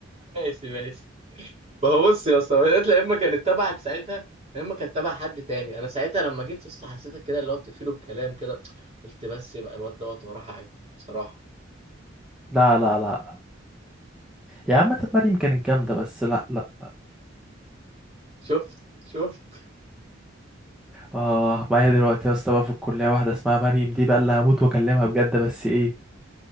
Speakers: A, on the right; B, in the centre.
A: ماشي ماشي ما هو بص يا اسطى هي يا اما كانت تبعك ساعتها يا اما كانت تبع حد تاني انا ساعتها لما جيت يا اسطى حسيتك كده اللي هو بتقفله الكلام كده قلت بس يبقى الواد دوت وراه حاجه بصراحه
B: لا لا لا لا يا عم طب مريم كانت جامده بس لا لا
A: شفت شفت
B: اه معايا دلوقتي يا اسطى بقى في الكليه واحده اسمها مريم دي بقى اللي هموت واكلمها بجد بس ايه